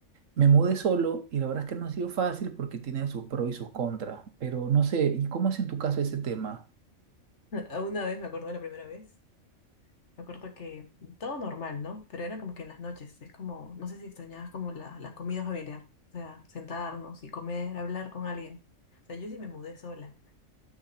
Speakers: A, on the right (about 70°); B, on the left (about 55°).
A: me mudé solo y la verdad es que no ha sido fácil porque tiene sus pros y sus contras, pero no sé, ¿y cómo es en tu caso ese tema?
B: <laughs> Una vez me acuerdo la primera vez. Me acuerdo que todo normal, ¿no? Pero era como que en las noches, es como, no sé si extrañabas como la, la comida familiar, o sea, sentarnos y comer, hablar con alguien. O sea, yo sí me mudé sola